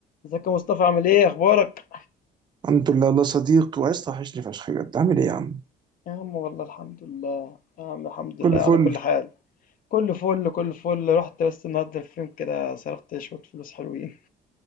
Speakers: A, on the left (about 55°); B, on the right (about 25°).
A: ازيك يا مصطفى عامل ايه اخبارك
B: الحمد لله الله صديق وعايز توحشني فشخ بجد عامل ايه يا عم؟
A: يا عم والله الحمد لله يا عم الحمد
B: كل
A: لله على
B: فل
A: كل حال كله فل كله فل رحت بس النهارده الفيلم كده صرفت شويه فلوس حلوين